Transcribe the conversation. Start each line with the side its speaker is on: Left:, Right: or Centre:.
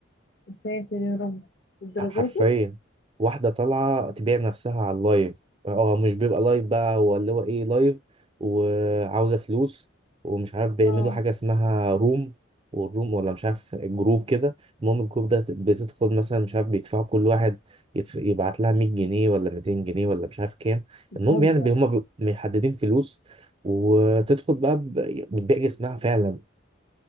Left: يا ساتر يا رب الدرجة
Right: حرفيا
Left: دي
Right: واحدة طالعة تبيع نفسها على اللايف اه مش بيبقى لايف بقى هو اللي هو ايه لايف وعاوزة فلوس ومش عارف بيعملوا
Left: اه
Right: حاجة اسمها روم والروم ولا مش عارف جروب كده المهم الجروب ده بتدخل مثلا مش عارف بيدفعوا كل واحد يدف... يبعت لها 100 جنيه ولا 200 جنيه ولا مش عارف كام
Left: بتهزر
Right: المهم يعني بي- هما بي- محددين فلوس وتدخل بقى ب- بتبيع جسمها فعلا